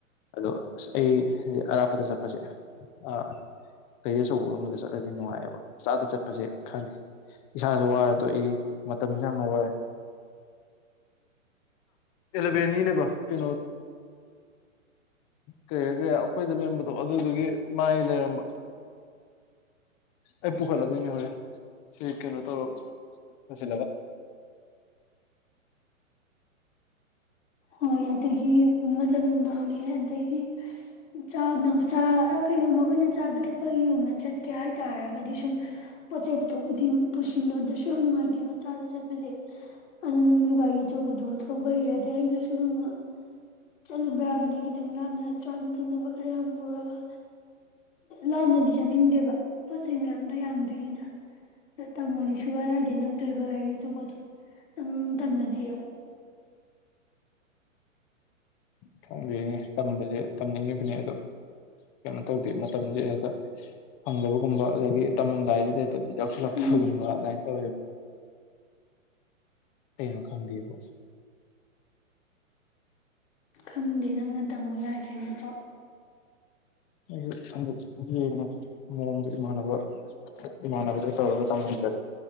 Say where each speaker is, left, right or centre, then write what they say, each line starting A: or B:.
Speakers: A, on the left; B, on the left.
A: ꯑꯗꯣ ꯑꯁ ꯑꯩ ꯑꯔꯥꯞꯄꯗ ꯆꯠꯄꯁꯦ ꯑꯥ ꯀꯒꯥꯔꯤ ꯑꯆꯧꯕꯒꯕꯗ ꯆꯠꯂꯗꯤ ꯅꯨꯡꯉꯥꯏꯑꯕ ꯃꯆꯥꯗ ꯆꯠꯄꯁꯦ ꯈꯪꯗꯦ ꯏꯁꯥꯁꯨ ꯋꯥꯔ ꯇꯣꯛꯏ ꯃꯇꯝꯁꯨ ꯌꯥꯝꯅ ꯋꯥꯏ ꯑꯦꯂꯚꯦꯟꯒꯤꯅꯦꯕ ꯀꯩꯅꯣ ꯀꯔꯤ ꯀꯔꯤ ꯑꯩꯈꯣꯏꯗ ꯂꯩꯔꯝꯕꯗꯣ ꯑꯗꯨꯗꯨꯒꯤ ꯃꯥꯒꯤ ꯂꯩꯔꯝꯕ ꯑꯩꯄꯨ ꯈꯂꯗꯅꯤ ꯍꯧꯦ ꯐ ꯀꯅ ꯇ ꯐꯁꯤꯂ
B: ꯍꯣꯏ ꯑꯗꯒꯤ ꯃꯇꯝꯁꯨ ꯃꯥꯡꯉꯦ ꯑꯗꯩꯗꯤ ꯆꯥꯅ ꯀꯩꯒꯨꯝꯕ ꯑꯩꯈꯣꯏꯅ ꯆꯥꯕ ꯊꯛꯄꯒꯤꯒꯨꯝꯕ ꯆꯠꯀꯦ ꯍꯥꯏꯇꯥꯥꯔꯒꯗꯤ ꯁꯨꯝ ꯄꯣꯠ ꯆꯩꯩ ꯄꯨꯊꯣꯛ ꯄꯨꯁꯤꯟꯣꯗꯁꯨ ꯌꯥꯝ ꯅꯨꯡꯉꯥꯏꯇꯦ ꯃꯆꯥꯗ ꯆꯠꯄꯁꯦ ꯑꯗꯨꯣ ꯅꯪꯁꯨ ꯒꯥꯔꯤ ꯑꯆꯧꯕꯗꯣ ꯊꯧꯕ ꯍꯩꯔꯗꯤ ꯑꯩꯒꯁꯨ ꯅꯣꯡꯃ ꯆꯠꯂꯨꯕ ꯌꯥꯕꯅꯤ ꯈꯤꯇꯪ ꯂꯥꯞꯅ ꯆꯥꯅ ꯊꯛꯅꯕ ꯈꯔ ꯌꯥꯝ ꯄꯨꯔꯒ ꯂꯥꯞꯅꯗꯤ ꯆꯥꯅꯤꯡꯗꯦꯕ ꯄꯣꯠ ꯆꯩꯩ ꯃꯌꯥꯝꯗꯣ ꯌꯥꯝꯗꯣꯏꯅꯤꯅ ꯑ ꯇꯝꯃꯗꯤ ꯁꯨꯌꯥ ꯌꯥꯗꯦ ꯅꯪ ꯇꯧꯕ ꯒꯥꯔꯤ ꯑꯆꯧꯕꯗꯨꯣ ꯅꯪ ꯇꯝꯃꯗꯤ
A: ꯊꯣꯡꯖꯅꯤꯡꯉꯤ ꯇꯝꯕꯁꯦ ꯇꯝꯅꯤꯡꯉꯤꯕꯅꯦ ꯑꯗꯣ ꯀꯩꯅꯣ ꯇꯧꯗꯦ ꯃꯇꯝꯁꯦ ꯍꯦꯛꯇ ꯐꯪꯗꯕꯒꯨꯝꯕ ꯑꯗꯒꯤ ꯇꯝꯃꯝꯗꯥꯏꯁꯤꯗꯤ
B: ꯑꯁ
A: ꯖꯣꯛꯁꯂꯞ
B: ꯈꯪꯗꯦ
A: ꯊꯒꯨꯝꯕ ꯇꯣ ꯇ꯭ꯔꯩꯅꯣ ꯈꯪꯒꯕꯨ
B: ꯈꯪꯗꯦ ꯅꯪꯅ ꯇꯝꯃꯨ ꯌꯥꯗ꯭ꯔꯦ ꯅꯠꯇ꯭ꯔꯣ
A: ꯑꯩꯛ ꯌꯦꯡꯉꯒꯦ ꯃꯑꯣꯡꯗ ꯏꯃꯥꯟꯅꯕ ꯏꯃꯥꯟꯅꯕꯗ ꯇꯧꯔꯒ ꯇꯝꯍꯟꯖꯦ